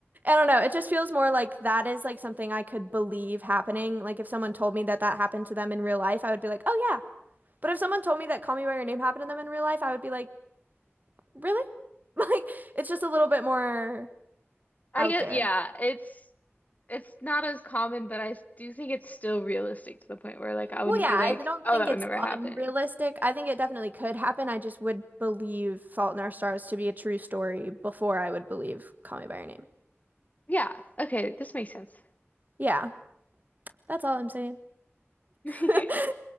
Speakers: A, on the right; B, on the left.
A: don't know. It just feels more like that is like something I could believe happening. Like if someone told me that that happened to them in real life, I would be like, "Oh yeah." But if someone told me that Call Me by Your Name happened to them in real life, I would be like, "Really?" <laughs> Like it's just a little bit more
B: I
A: out
B: guess,
A: there.
B: yeah, it's. It's not as common, but I s- do think it's still realistic to the point where like I wouldn't
A: Well, yeah,
B: be
A: I
B: like,
A: don't
B: oh,
A: think
B: that
A: it's
B: would never happen.
A: unrealistic. I think it definitely could happen. I just would believe Fault in Our Stars to be a true story before I would believe Call Me by Your Name.
B: Yeah, okay, this makes sense.
A: Yeah, that's all I'm saying.
B: <laughs>
A: <laughs>